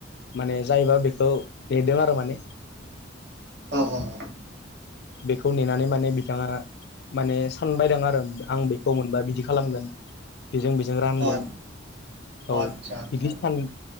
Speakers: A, on the left (about 55°); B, on the right (about 60°).
A: माने जायबा बेखौ नेदों आरो माने
B: अ अ अ।
A: बेखौ नेनानै माने बिथाङा माने सानबायदों आरो आं बेखौ मोनबा बिदि खालामगोन। बेजों बेजों रानगोन
B: अ
A: औ
B: आतसा आतसा
A: बिदि सान